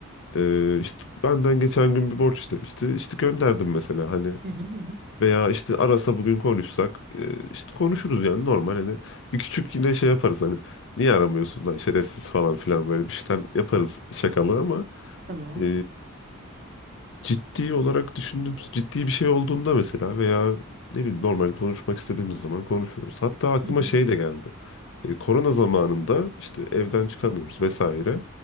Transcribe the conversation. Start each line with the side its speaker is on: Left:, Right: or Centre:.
Left: Ee, işte benden geçen gün bir borç istemişti. İşte gönderdim mesela hani
Right: Hı hı hı. hı.
Left: Veya işte arasa bugün konuşsak e, işte konuşuruz yani normal hani bir küçük yine şey yaparız hani niye aramıyorsun lan şerefsiz falan filan böyle bir şeyler
Right: Hı hı
Left: yaparız şakalı ama
Right: Tamam.
Left: e, ciddi olarak düşündüğüm ciddi bir şey olduğunda mesela veya ne bileyim normal konuşmak istediğimiz zaman konuşuyoruz. Hatta aklıma
Right: Hı hı
Left: şey de geldi. E, korona zamanında işte evden çıkamıyoruz vesaire.